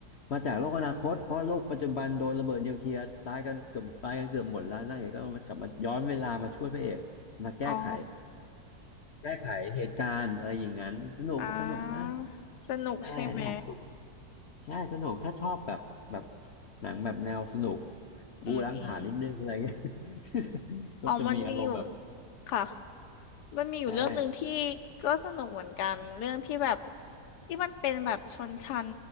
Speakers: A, on the left (about 55°); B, on the left (about 80°).
A: มาจากโลกอนาคตเพราะโลกปัจจุบันโดนระเบิดนิวเคลียร์ตายกันเกือบตายกันเกือบหมดแล้วนางเอกก็มากลับมาย้อนเวลามาช่วยพระเอกมาแก้ไข
B: อ๋อ
A: แก้ไขเหตุการณ์อะไรอย่างนั้นสนุกสนุกมาก
B: อ่าสนุกใช่ไหม
A: ใช่อันนี้ผมก็ดูใช่สนุกถ้าชอบแบบแบบหนังแบบแนวสนุก
B: อืมอืม
A: บู๊ล้างผลาญนิดนึงอะไรเงี้ย <laughs> ก็จะมีอารมณ์แบบ
B: อ๋อมันมีอยู่ค่ะ มันมีอยู่เรื่องหนึ่งที่
A: ใช่
B: ก็สนุกเหมือนกันเรื่องที่แบบที่มันเป็นแบบชนชั้น